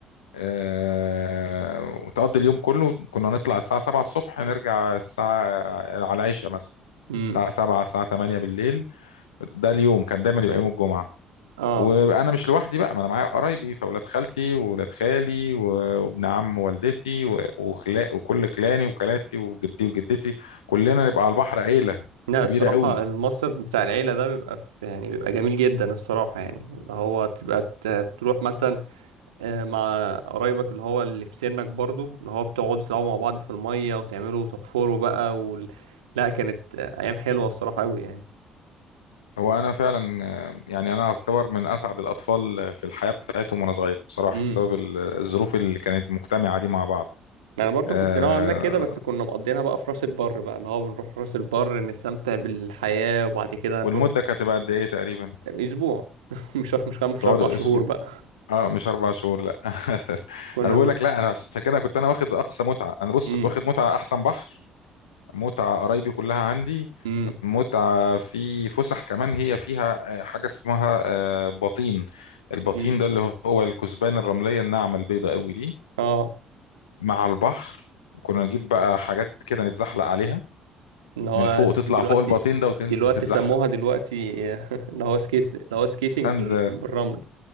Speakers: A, on the left; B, on the right.
A: آه، وتقضي اليوم كله كنا نطلع الساعة 7 الصبح نرجع الساعة على العشاء مثلا
B: امم
A: الساعة 7 الساعة 8 بالليل ده اليوم كان دايما يبقى يوم الجمعة
B: اه
A: وانا مش لوحدي بقى ما انا معايا قرايبي فاولاد خالتي واولاد خالي و- وابن عم والدتي و- وخلا وكل خلاني وخالاتي وجدي وجدتي كلنا نبقى على البحر عيلة
B: لا
A: كبيرة
B: الصراحة
A: قوي
B: المصيف بتاع العيلة ده بيبقى في يعني بيبقى جميل جدا الصراحة يعني اللي هو تبقى ت- بتروح مثلا آه، مع قرايبك اللي هو اللي في سنك برضو اللي هو بتقعدوا تلعبوا مع بعض في المية وتعملوا وتحفروا بقى وال... لا كانت آه، أيام حلوة الصراحة أوي
A: هو انا فعلا آه، يعني انا اعتبر من اسعد الاطفال في الحياة بتاعتهم وانا صغير بصراحة
B: يعني
A: بسبب ال- الظروف اللي كانت مجتمعة دي مع بعض
B: ما انا برضو
A: آه
B: كنت نوعا ما كده بس كنا مقضينها بقى في راس البر بقى اللي هو بنروح راس البر نستمتع بالحياة وبعد كده
A: والمدة
B: نروح
A: كانت هتبقى قد ايه تقريبا
B: اسبوع <laughs> مش مش كام مش
A: تقعدوا
B: اربع شهور
A: اسبوع
B: بقى
A: اه مش اربع شهور لا <laughs>
B: كنا
A: انا بقول لك لا انا عشان كده كنت انا واخد اقصى متعة انا بص
B: امم
A: كنت واخد متعة احسن بحر متعة قرايبي كلها عندي
B: امم
A: متعة في فسح كمان هي فيها آه، حاجة اسمها آه، بطين البطين
B: امم
A: ده اللي هو الكثبان الرملية الناعمة البيضة قوي دي
B: اه
A: مع البحر كنا نجيب بقى حاجات كده نتزحلق عليها
B: اللي هو
A: من فوق تطلع
B: دلوقتي
A: فوق البطين ده وتنزل
B: دلوقتي
A: تتزحلق
B: سموها دلوقتي <laughs> اللي هو سكيت اللي هو سكيتنج
A: ساند
B: بال... بالرمل